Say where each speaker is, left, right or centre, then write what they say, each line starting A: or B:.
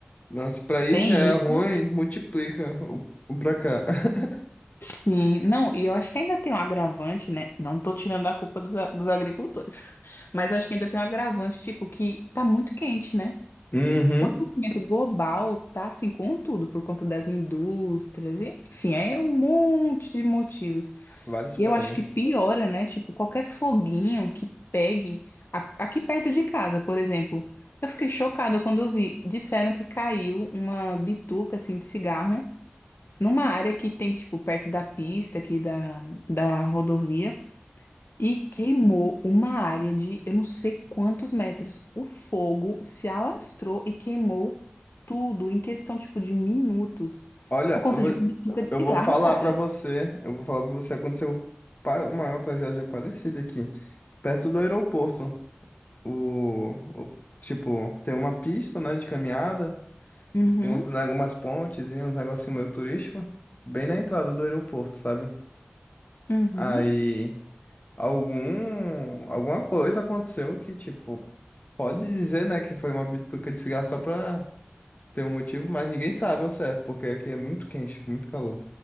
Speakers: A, on the left; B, on the left.
A: Nossa, pra aí
B: tem
A: já é
B: isso.
A: ruim, multiplica o, o pra cá. <laughs>
B: Sim, não, e eu acho que ainda tem um agravante, né? Não tô tirando a culpa dos, a- dos agricultores, <laughs> mas eu acho que ainda tem um agravante, tipo, que tá muito quente, né?
A: Uhum.
B: O aquecimento global tá assim com tudo, por conta das indústrias, e, enfim, é um monte de motivos.
A: Vários
B: E
A: poréns.
B: eu acho que piora, né? Tipo, qualquer foguinho que pegue a- aqui perto de casa, por exemplo. Eu fiquei chocada quando eu vi. Disseram que caiu uma bituca assim de cigarro numa área que tem, tipo, perto da pista aqui da, da rodovia e queimou uma área de eu não sei quantos metros. O fogo se alastrou e queimou tudo em questão, tipo, de minutos.
A: Olha,
B: Por conta
A: eu vou,
B: de uma bituca de
A: eu
B: cigarro,
A: vou falar
B: cara.
A: pra você, eu vou falar pra você, aconteceu pa- uma tragédia parecida aqui, perto do aeroporto. O, o- tipo, tem uma pista, né, de caminhada,
B: Uhum,
A: uns, né, algumas pontes e uns negocinho meio turístico, bem na entrada do aeroporto, sabe?
B: uhum.
A: Aí algum alguma coisa aconteceu que tipo Pode dizer, né, que foi uma bituca de cigarro só pra ter um motivo, mas ninguém sabe ao certo, porque aqui é muito quente, muito calor.